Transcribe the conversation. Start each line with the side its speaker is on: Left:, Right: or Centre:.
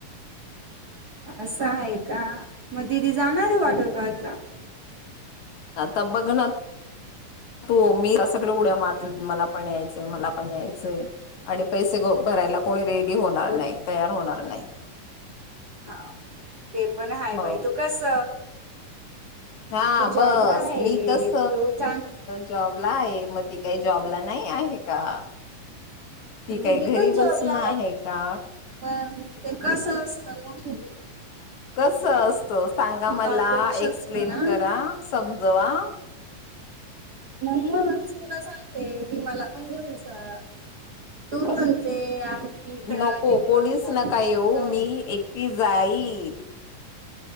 Right: असं आहे का मग ती जाणार आहे वाॉटरपार्क ला?
Left: आता बघ ना तू, मी सगळे उड्या मारतील मला पण यायचंय मला पण यायचंय, आणि पैसे भरायला कोणी रे डी होणार
Right: हो,
Left: नाही, तयार होणार नाही.
Right: हा, ते पण हा
Left: हो
Right: बाई तु कस.
Left: हा
Right: तू जॉबला
Left: बस
Right: आहे
Left: मी कस
Right: तू चांग
Left: जॉबला आहे, मग ती काय जॉबला नाही आहे का? ती
Right: दिदी
Left: काही घरी
Right: पण जॉबला
Left: बसून आहे का?
Right: पण ते कसं असतं मोठी दि
Left: कस असतं सांगा, मला
Right: लाज करू शकतो
Left: एक्सप्लेन
Right: ना
Left: करा समजवा.
Right: म्हणूनच तुला सांगते कि, मला पण घेऊन जा, तू म्हणते. इकडं
Left: नको
Right: तिकडं
Left: कोणीच
Right: जाऊ
Left: नका येऊ
Right: जाऊ
Left: मी एकटी जाईद.